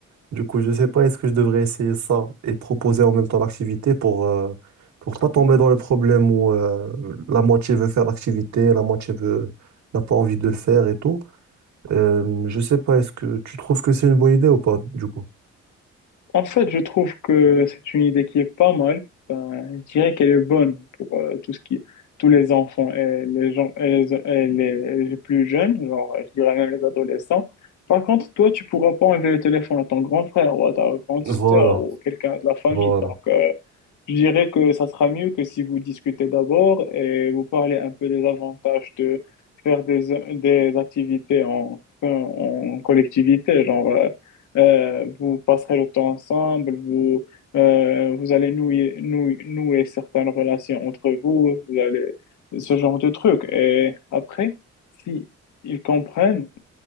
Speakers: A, on the right; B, on the left.
A: Du coup, je sais pas, est-ce que je devrais essayer ça et proposer en même temps l'activité pour euh, pour pas tomber dans le problème où euh, la moitié veut faire l'activité, la moitié veut n'a pas envie de le faire et tout. Euh, je sais pas, est-ce que tu trouves que c'est une bonne idée ou pas, du coup?
B: En fait, je trouve que c'est une idée qui est pas mal. je dirais qu'elle est bonne pour euh, tout ce qui, tous les enfants et les gens et les, et les- les plus jeunes, genre, je dirais même les adolescents. Par contre, toi, tu pourras pas enlever le téléphone à ton grand frère ou à ta grande
A: Voilà,
B: sœur ou quelqu'un de la famille.
A: voilà.
B: Donc, euh, je dirais que ça sera mieux que si vous discutez d'abord et vous parlez un peu des avantages de faire des, des activités en, en collectivité. Genre, euh, euh, vous passerez le temps ensemble, vous, euh, vous allez nouer, nouer, nouer certaines relations entre vous, vous allez, ce genre de trucs. Et après, si ils comprennent,